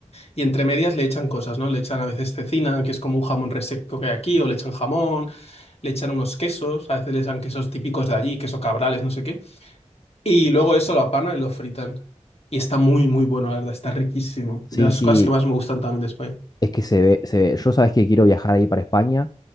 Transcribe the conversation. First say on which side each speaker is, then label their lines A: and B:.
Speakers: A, on the left (about 55°); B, on the left (about 30°).
A: y entre medias le echan cosas, ¿no? Le echan a veces cecina, que es como un jamón reseco que hay aquí, o le echan jamón, le echan unos quesos, a veces le echan quesos típicos de allí, queso cabrales, no sé qué. Y luego eso lo apanan y lo fritan. Y está muy, muy bueno, la verdad, está riquísimo.
B: sí,
A: De las
B: sí.
A: cosas que más me gustan también de España.
B: Es que se ve, se ve. Yo sabes que quiero viajar ahí para España